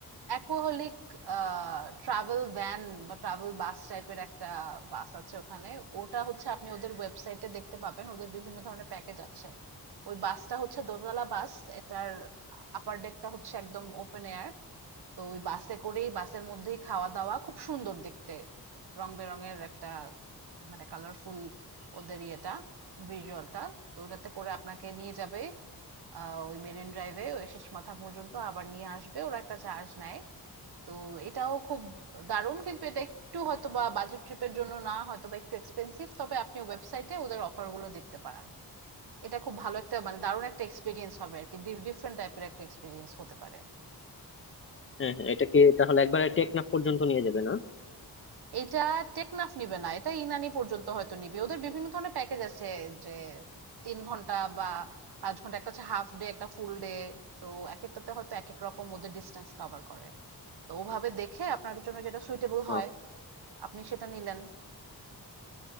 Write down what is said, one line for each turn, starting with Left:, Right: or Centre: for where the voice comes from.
Right: অ্যাকোহলিক ট্রাভেল ভ্যান বা ট্রাভেল বাস টাইপের একটা বাস আছে ওখানে ওটা হচ্ছে আপনি ওদের ওয়েবসাইটে দেখতে পাবেন ওদের বিভিন্ন ধরনের প্যাকেজ আছে ওই বাসটা হচ্ছে দোতলা বাস এটার আপার ডেকটা হচ্ছে একদম ওপেন এয়ার তো ওই বাসে করেই বাসের মধ্যেই খাওয়া দাওয়া খুব সুন্দর দেখতে রং বেরঙের একটা মানে কালারফুল ওদের ইয়েটা ভিজুয়ালটা তো ওটাতে করে আপনাকে নিয়ে যাবে আহ, ওই মেরিন ড্রাইভে ওই শেষ মাথা পর্যন্ত আবার নিয়ে আসবে ওরা একটা চার্জ নেয় তো এটাও খুব দারুণ কিন্তু এটা একটু হয়তো বা বাজেট ট্রিপের জন্য না হয়তো বা একটু এক্সপেন্সিভ তবে আপনি ওয়েবসাইটে ওদের অফার গুলো দেখতে পারেন এটা খুব ভালো একটা মানে দারুণ একটা এক্সপিরিয়েন্স হবে আর কি ডিফারেন্ট টাইপের একটা এক্সপিরিয়েন্স হতে পারে
Left: হ্যাঁ হ্যাঁ এটা কি তাহলে একবারে টেকনাফ পর্যন্ত নিয়ে যাবে না
Right: এটা টেকনাফ নিবে না এটা ইনানি পর্যন্ত হয়তো নিবে ওদের বিভিন্ন ধরনের প্যাকেজ আছে যে তিন ঘন্টা বা পাঁচ ঘন্টা একটা হচ্ছে হাফ ডে একটা ফুল ডে তো এক একটাতে হয়তো এক এক রকম ওদের ডিস্টেন্স কভার করে তো ওভাবে দেখে আপনার জন্য যেটা সুইটেবল
Left: ও,
Right: হয় আপনি সেটা নিলেন